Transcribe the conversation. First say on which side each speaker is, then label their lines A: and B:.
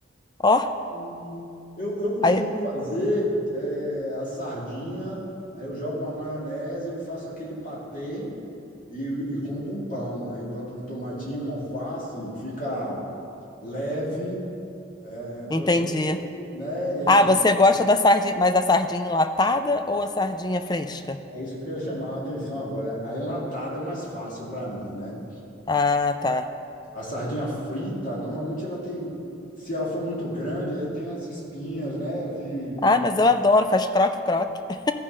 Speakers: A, on the left; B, on the left.
A: Ó,
B: Hum, Eu, eu costumo
A: aí.
B: fazer é, a sardinha, aí eu jogo uma maionese e faço aquele patê e, e como com pão. Aí boto um tomatinho, um alface, fica leve, é, proteico,
A: Entendi.
B: né? E,
A: Ah, você
B: e
A: gosta da sardinha, mas da sardinha enlatada ou a sardinha fresca?
B: é isso que eu ia chamar a atenção agora. A enlatada é mais fácil para mim, né?
A: Ah, tá.
B: A sardinha frita, normalmente ela tem, se ela for muito grande, aí tem as espinhas, né? Que não
A: Ah,
B: dá.
A: mas eu adoro, faz croque-croque. <laughs>